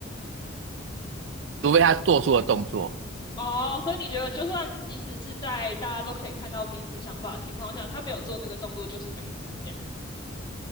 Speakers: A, on the right; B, on the left.
A: 除非他做出了动作。
B: 哦，所以你觉得，就算即使是在大家都可以看到彼此想法的情况下，他没有做那个动作，就是没事这样。